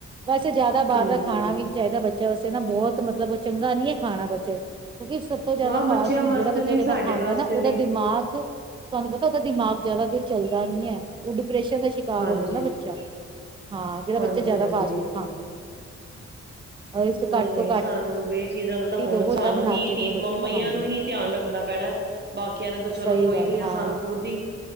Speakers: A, on the right (about 15°); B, on the right (about 35°).
A: ਵੈਸੇ ਜ਼ਿਆਦਾ ਬਾਹਰ
B: ਹੂੰ
A: ਦਾ ਖਾਣਾ ਵੀ ਨਹੀਂ ਚਾਹੀਦਾ ਬੱ ਚਾ ਆਸੇ ਨਾ ਬਹੁਤ ਮਤਲਬ ਚੰਗਾ ਨੀ ਹੈ ਖਾਣਾ ਬੱ ਕਿਉਂਕਿ ਸਭ ਤੋਂ ਜਿਆਦਾ
B: ਹਾਂ ਬੱਚਿਆਂ
A: ਫਾਸਟ ਫੂਡ
B: ਵਾਸਤੇ
A: ਜਿਹੜਾ ਬੱਚਾ
B: ਵੀ ਸਾਡੇ
A: ਜਦਾ ਖਾਂਦਾ
B: ਵਾਸਤੇ
A: ਨਾ ਉਹਦਾ
B: ਵੀ
A: ਦਿਮਾਕ ਤੁਹਾਨੂੰ ਪਤਾ ਉਹਦਾ ਦਿਮਾਗ ਜ਼ਿਆਦਾ ਦੇਰ ਚੱਲਦਾ ਨੀ ਹੈ ਉਹ ਡਿ ਪਰੈਸ਼ਨ ਦਾ ਸ਼ਿਕਾਰ
B: ਹਾਂਜੀ
A: ਹੋ ਜਾਂਦਾ ਬੱਚਾ। ਹਾਂ ਜਿਹੜਾ
B: ਹਾਂਜੀ
A: ਬੱਚੇ ਜ਼ਿਆਦਾ
B: ਹਾਂਜੀ
A: ਫਾਸਟ ਫੂਡ ਖਾਦੇ ਨੇ। ਔਰ ਇਸ ਤੋਂ
B: ਨਹੀਂ-ਨਹੀਂ
A: ਘੱਟ ਤੋਂ
B: ਸਾਨੂੰ
A: ਘੱਟ
B: ਇਹ ਚੀਜ਼ਾਂ ਦਾ ਤਾਂ ਹੁਣ
A: ਹੀ ਦਵੋ
B: ਸਾਨੂੰ
A: ਓਦਾਂ ਬਣਾ
B: ਹੀ
A: ਕੇ ਦਿਓ ਬੱਚੇ
B: ਮੰਮੀਆਂ
A: ਹਾਂ
B: ਨੂੰ ਹੀ ਧਿਆਨ ਰੱਖਣਾ ਪੈਣਾ ਬਾਕੀਆਂ ਨੇ ਤਾਂ ਚਲੋ
A: ਸਹੀ
B: ਕੋਈ
A: ਗੱਲ
B: ਨੀ ਆ
A: ਹਾਂ
B: ਸਾਨੂੰ ਖੁਦ ਹੀ